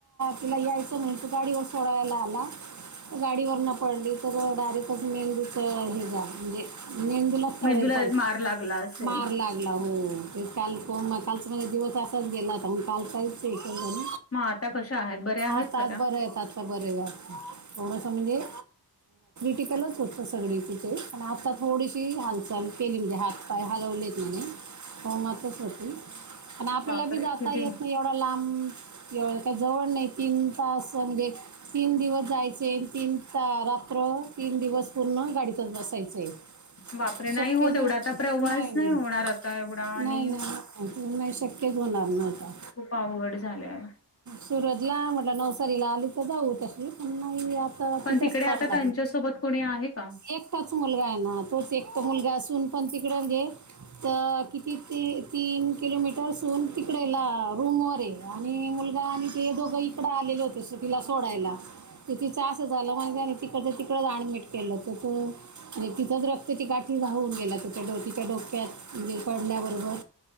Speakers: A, on the right; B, on the left.
A: तुला यायचं नाही तू गाडी फडयला आला गाडीवर न पडली तर डायरेक्ट मेंद दु हे जा म्हणजे मे तुला सढई
B: मेंदूला
A: पड
B: मार लागला असेल
A: मार लागला हो ते काल को म कालचा म्हला दिवस असाच गेला तरण काल काहीच इ झालं
B: मग आता कशा आहेत बऱ्या आहेत
A: आाताज
B: का त्या
A: बरं येतात बर थोडस म्हणजे टिकलच होतं सगळी तिचे पण आता थोडीशी हालचाल केली म्हणजे हात पाय हलवलेत म्ह हो मातच होती प आपल्याला
B: बापरे
A: बी जाता
B: किती
A: येत नाही लांबव का जवळ नाही तीन तास म्हणजे तीन दिवस जायचे तीन रात्र तीन दिवस पूर्ण गाडीतच बसायचंय
B: बापरे
A: शक्य नाही
B: एवढा
A: होत
B: आता प्रवास
A: नाही नाही
B: होणार आता एवढा आणि
A: नाही नाही आणि नाही शक्य होणार न आता
B: खूप अवघड झाल्या
A: सुरतला म्हटलं नवसारीला आली तर जाऊ तशी पण नाही आता
B: पण
A: तिथंच
B: तिकडे
A: थांबणार
B: आता त्यांच्यासोबत कोणी आहे का
A: एकटाच मुलगा आहे ना तोच एकट मुलगा असून पण तिकडे तर किती ते तीन किलोमीटरसून तिकडेला रूमवरर आहे आणि मुलगा आणि ते दोघं इकड आलेले होते अस तिला सोडायला तिचं असं झालं म्हण त्यानी तिकड तिकडच अऍडमिट केलं तर त म्हणजे तिथंच रक्ताची काठी झाऊून गेला तच्या ड तिच्या डोक्यात म्हणजे पडल्याबरोबर